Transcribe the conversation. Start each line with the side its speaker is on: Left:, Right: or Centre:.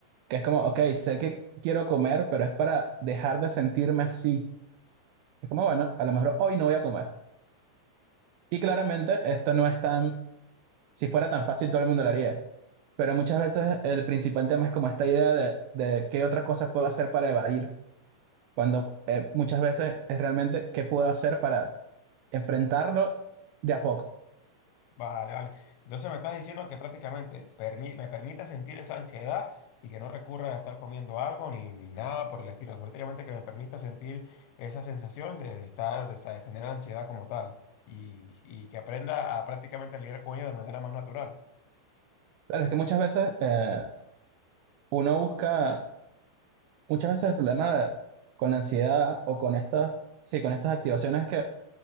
Right: Que es como, ok, sé que quiero comer, pero es para dejar de sentirme así. Es como, bueno, a lo mejor hoy no voy a comer. Y claramente esto no es tan, si fuera tan fácil todo el mundo lo haría. Pero muchas veces el principal tema es como esta idea de, de qué otra cosa puedo hacer para evadir, cuando eh, muchas veces es realmente qué puedo hacer para enfrentarlo de a poco.
Left: Vale, vale. Entonces me estás diciendo que prácticamente permi- me permita sentir esa ansiedad y que no recurra a estar comiendo algo ni, ni nada por el estilo. Prácticamente que me permita sentir esa sensación de, de estar, o sea, de tener ansiedad como tal y, y que aprenda a prácticamente lidiar con ella de manera más natural.
Right: Claro, es que muchas veces eh, uno busca Muchas veces el problema con la ansiedad o con estas, sí, con estas activaciones es que